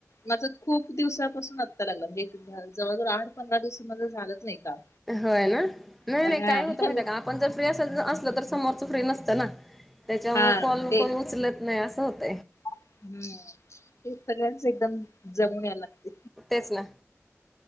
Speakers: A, on the left (about 70°); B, in the centre.
A: माझ खूप दिवसापासून आत्ता लागला एक जवळजवळ आठ पंधरा दिवसामध्ये झालंच नाही काम
B: होय ना नाही
A: अ
B: नाही काय होतं माहिती आहे का आपण जर फ्री अस -असल तर समोरच फ्री नसतं ना त्याच्यामुळे
A: हा
B: कॉल
A: ते
B: कोन उचल नाही असं होत.
A: हम्म, ते सगळ्यांच एकदम जमून यायला लागते.
B: तेच ना.